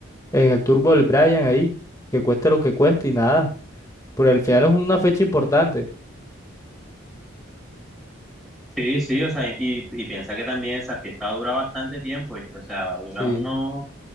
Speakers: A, on the left; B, in the centre.
A: en el turbo del Brian ahí, que cueste lo que cueste y nada, pero al final es una fecha importante.
B: Sí, sí, o sea, y, y y piensa que también esa fiesta dura bastante tiempo, ¿viste? O sea, va a durar
A: sí
B: uno,